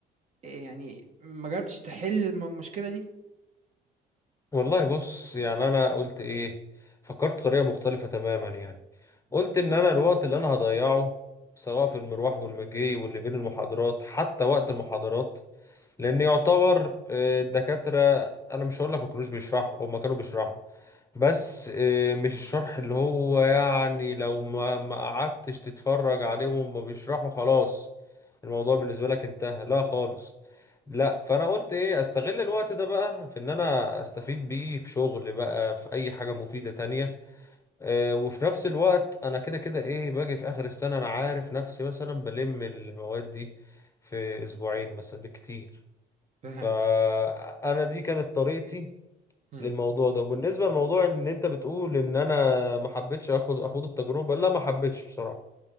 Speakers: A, on the right (about 45°); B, on the left (about 20°).
A: يعني ما جربتش تحل الم- المشكلة دي
B: والله بص يعني انا قلت ايه فكرت بطريقه مختلفه تماما يعني قلت ان انا الوقت اللي انا هضيعه سواء في المروح والمجي واللي بين المحاضرات حتى وقت المحاضرات لان يعتبر آه، الدكاتره انا مش هقول لك ما كانوش بيشرحوا هم كانوا بيشرحوا بس آه، مش الشرح اللي هو يعني لو ما ما قعدتش تتفرج عليهم وما بيشرحوا خلاص الموضوع بالنسبة لك انتهى لا خالص لا فانا قلت ايه استغل الوقت ده بقى في ان انا استفيد بيه في شغل بقى في اي حاجة مفيدة تانية آه، وفي نفس الوقت انا كده كده ايه باجي في اخر السنة انا عارف نفسي مثلا بلم المواد دي في اسبوعين مثلا بالكتير
A: فهمت
B: فانا دي كانت طريقتي
A: مم.
B: للموضوع ده وبالنسبة لموضوع ان انت بتقول ان انا ما حبيتش اخد اخد التجربة لا ما حبيتش بصراحة